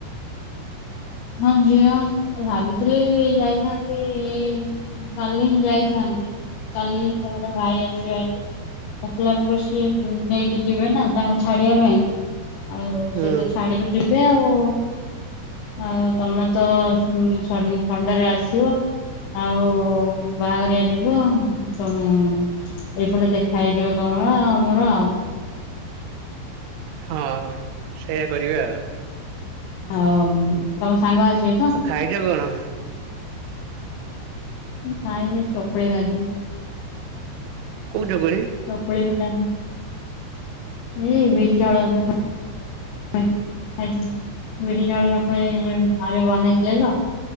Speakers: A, on the left (about 75°); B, on the right (about 80°).
A: ହଁ ଯିବା ଭାବିଥିଲି ଯାଇଥାନ୍ତି ଏଇ କାଲି ହିଁ ଯାଇଥାନ୍ତି କାଲି ହିଁ ତାପରେ ଭାଇ ଆସିବ ଆଜି। ଆସିଲା ପରେ ସିଏ ନେଇକି ଯିବେ ନା ତାଙ୍କୁ ଛାଡ଼ିବା ପାଇଁ। ଆଉ
B: ହୁଁ
A: ସେତ ଛାଡ଼ିକି ଯିବେ ଆଉ। ଆଉ ତମେତ ସ ସଣ୍ଡେରେ ଆସିବ। ଆଉ ବାହାଘରିଆ ଯିବ ତମ ଏଇପଟେ ଦେଖା ହେଇଯିବ ତମର ଆମର ଆଉ।
B: ହଁ ସେଇୟା କରିବା ଆଉ।
A: ଆଉ ତମ ସାଙ୍ଗ ଆସିବେ ତ?
B: ଆଉ ଖାଇଛ କଣ?
A: ଖାଇନି ଚୋକୁଳି ଖାଇଥିନି।
B: କୋଉ ଚକୁଳି?
A: ଚକୁଳି ପିଠା ଏଇ ବିରି ଚାଉଳ ଚକୁ ଖାଇଚି ବିରି ଚାଉଳ ଯୋଉ। ଆଜି ବନେଇଥିଲେ ତ